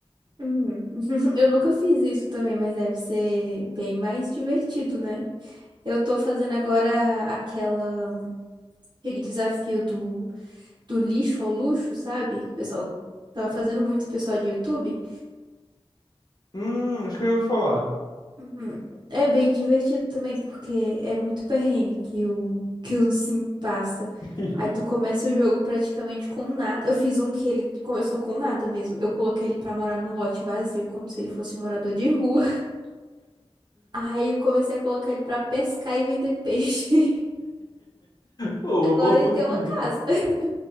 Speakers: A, on the right; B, on the left.
A: Uhum. <laughs> Eu nunca fiz isso também, mas deve ser bem mais divertido, né? Eu tô fazendo agora aquela, aquele desafio do, do lixo ao luxo, sabe? Que o pessoal tava fazendo muito, o pessoal de YouTube.
B: Hum, acho que eu já ouvi falar.
A: Uhum. É bem divertido também, porque é muito perrengue que o, que o Sim passa.
B: <laughs>
A: Aí tu começa o jogo praticamente com nada. Eu fiz um que ele começou com nada mesmo. Eu coloquei ele pra morar num lote vazio, como se ele fosse morador de rua. <laughs> Aí eu comecei a colocar ele pra pescar e vender peixe. <laughs>
B: Pô, uma
A: Agora
B: boa
A: ele
B: fonte
A: tem uma
B: de renda.
A: casa. <laughs>